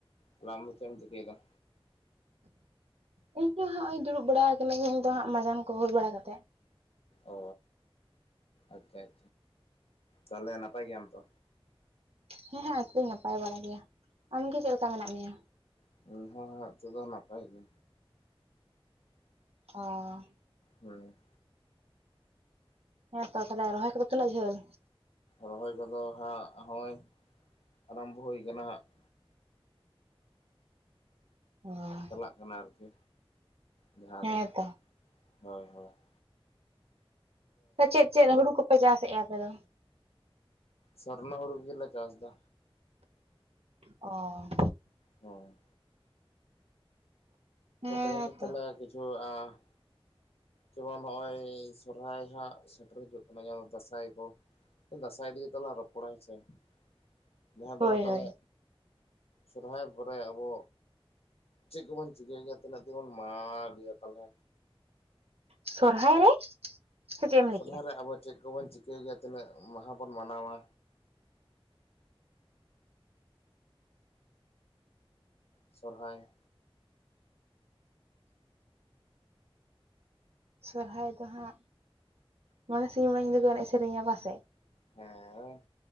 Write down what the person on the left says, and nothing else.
ᱛᱟᱦᱞᱮ ᱟᱢ ᱫᱚ ᱪᱮᱫ ᱮᱢ ᱪᱤᱠᱟᱹᱭ ᱫᱟᱢ?
ᱚ ᱟᱪᱪᱷᱟ ᱟᱪᱪᱷᱟ ᱛᱟᱦᱞᱮ ᱱᱟᱯᱟᱭ ᱜᱮᱭᱟᱢ ᱛᱚ?
<unintelligible> ᱦᱟᱸᱜ ᱱᱚᱛᱮ ᱫᱚ ᱱᱟᱯᱟᱭ ᱜᱮ
ᱦᱮᱸ
ᱨᱚᱦᱚᱭ ᱠᱚᱫᱚ ᱦᱟᱸᱜ ᱦᱚᱸᱭ ᱟᱨᱟᱢᱵᱚ ᱦᱩᱭ ᱠᱟᱱᱟ ᱦᱟᱸᱜ ᱾
ᱪᱟᱞᱟᱜ ᱠᱟᱱᱟ ᱟᱨᱠᱤ ᱡᱟᱦᱟ
ᱫᱚ ᱦᱳᱭ ᱦᱳᱭ ᱾
ᱥᱚᱨᱱᱚ ᱦᱳᱲᱳ ᱜᱮᱞᱮ ᱪᱟᱥ ᱮᱫᱟ
ᱦᱚᱭ
ᱛᱮᱦᱮᱧ ᱫᱚ ᱛᱟᱦᱚᱞᱮ ᱠᱤᱪᱷᱩ ᱟᱻ ᱡᱮᱢᱚᱱ ᱱᱚᱜᱼᱚᱭ ᱥᱚᱨᱦᱟᱭ ᱦᱟᱸᱜ ᱥᱮᱴᱮᱨ ᱦᱤᱡᱩᱜ ᱠᱟᱱᱟ <unintelligible> ᱫᱟᱸᱥᱟᱭ ᱠᱚ ᱫᱟᱸᱥᱟᱭ ᱤᱫᱤ ᱠᱟᱛᱮ ᱞᱟᱝ ᱨᱚᱯᱚᱲᱟ ᱦᱮᱸ ᱥᱮ <unintelligible>
ᱫᱚ ᱛᱟᱦᱚᱞᱮ
ᱥᱚᱨᱦᱟᱭ ᱯᱚᱨᱮ ᱟᱵᱚ ᱪᱮᱫ ᱠᱚᱵᱚᱱ ᱪᱤᱠᱟᱹᱭ ᱜᱮᱭᱟ ᱛᱤᱱᱟᱹᱜ ᱫᱤᱱ ᱵᱚᱱ ᱢᱟᱱᱟᱣ ᱜᱮᱭᱟ ᱛᱟᱦᱚᱞᱮ
ᱥᱚᱨᱦᱟᱭ
ᱨᱮ ᱟᱵᱚ ᱪᱮᱫ ᱠᱚᱵᱚᱱ ᱪᱤᱠᱟᱹᱭ ᱜᱮᱭᱟ ᱛᱤᱱᱟᱹᱜ ᱢᱟᱦᱟ ᱵᱚᱱ ᱢᱟᱱᱟᱣᱟ ᱥᱚᱨᱦᱟᱭ
ᱦᱮᱸᱻ